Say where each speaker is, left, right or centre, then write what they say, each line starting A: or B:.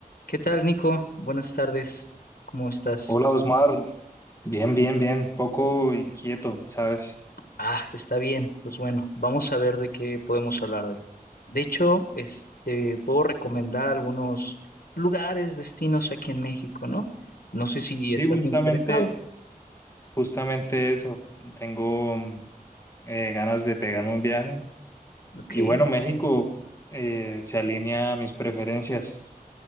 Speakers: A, on the left; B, on the left.
A: ¿Qué tal, Nico? Buenas tardes. ¿Cómo estás?
B: Hola Osmar, bien, bien, bien, poco inquieto, ¿sabes?
A: Ah, está bien. Pues bueno, vamos a ver de qué podemos hablar hoy. De hecho, este, puedo recomendar algunos lugares, destinos aquí en México, ¿no? No sé si estás
B: Sí, justamente,
A: interesado.
B: justamente eso, tengo mm, eh, ganas de pegarme un viaje
A: Ok,
B: y bueno, México eh, se alinea a mis preferencias